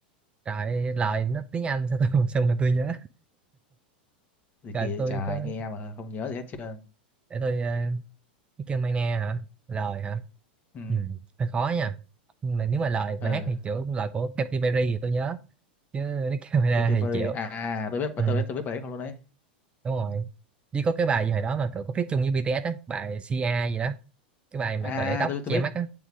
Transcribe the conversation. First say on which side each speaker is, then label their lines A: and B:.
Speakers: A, on the right (about 20°); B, on the left (about 35°).
A: trời lời nó tiếng Anh sao tôi <laughs> sao mà tôi nhớ
B: gì
A: Rồi
B: kỳ
A: tôi
B: trời
A: có
B: nghe mà không nhớ gì hết trơn
A: để tôi ờ, cái kêu Mai Na hả? Lời hả?
B: ừ.
A: Ừ, hơi khó nha. Nhưng mà nếu mà lời
B: ừ
A: và hát thì kiểu lời của Katy Perry thì tôi nhớ chứ nếu kêu Mai Na
B: Katy
A: thì
B: Perry
A: chịu.
B: à tôi biết
A: Ừ,
B: tôi biết tôi biết bài ấy không luôn đấy
A: đúng rồi. Chỉ có cái bài gì hồi đó mà cậu có feat chung với BTS á, bài CA gì đó, cái bài mà
B: à
A: cậu để tóc
B: tôi tôi
A: che
B: biết
A: mắt á,